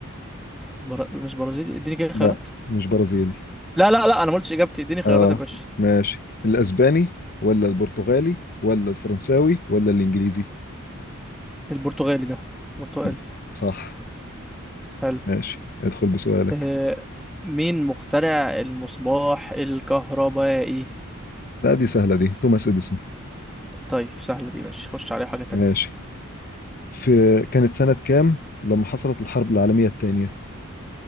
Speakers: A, in the centre; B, on the left (about 40°).
A: بر... مش برازيلي اديني كده خيارات
B: لا مش برازيلي
A: لا لا لا انا ما قلتش اجابتي اديني خيارات
B: اه
A: يا باشا
B: ماشي الاسباني ولا البرتغالي ولا الفرنساوي ولا الانجليزي
A: البرتغالي ده برتغالي
B: بر- صح
A: حلو
B: ماشي ادخل بسؤالك
A: آه، مين مخترع المصباح الكهربائي
B: لا دي سهلة دي توماس اديسون
A: طيب سهلة دي ماشي خش عليها حاجة تانية
B: ماشي في كانت سنة كام لما حصلت الحرب العالمية الثانية